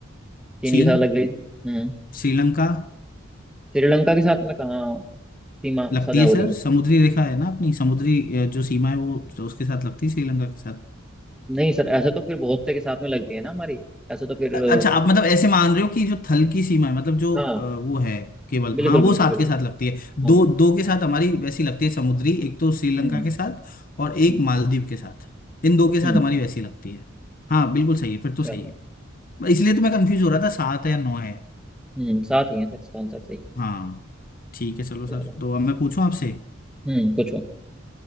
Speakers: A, in the centre; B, on the left.
A: चीन
B: चीन
A: के साथ लग गई हम्म
B: श्रीलंका
A: श्रीलंका के साथ में कहाँ सीमा
B: लगती
A: सजा
B: है
A: हो
B: सर
A: रही है
B: समुद्री रेखा है ना अपनी समुद्री अ, जो सीमा है वो तो उसके साथ लगती है श्रीलंका के साथ
A: नहीं सर ऐसा तो फिर बहुत से के साथ में लगती है ना हमारी ऐसा तो फिर
B: अच्छा
A: अ,
B: आप मतलब ऐसे मान रहे हो कि जो थल की सीमा है मतलब जो
A: हाँ
B: अ, वो है केवल
A: बिल्कुल
B: हाँ वो
A: बिल्कुल
B: साथ
A: बिल्कुल
B: के साथ लगती है दो
A: हाँ
B: दो के साथ हमारी वैसी लगती है समुद्री एक तो श्रीलंका
A: हम्म
B: के साथ और एक
A: हम्म
B: मालदीव के साथ इन दो के साथ
A: हम्म
B: हमारी वैसी लगती है हाँ बिल्कुल सही है फिर तो
A: चलो
B: सही है इसलिए तो मैं कंफ्यूज हो रहा
A: ठीक
B: था सात है या नौ है
A: है। हम्म साथ ही है सर इसका आंसर सही
B: हाँ ठीक है चलो
A: चलो
B: सर तो अब मैं पूछूं आपसे
A: हम्म पूछो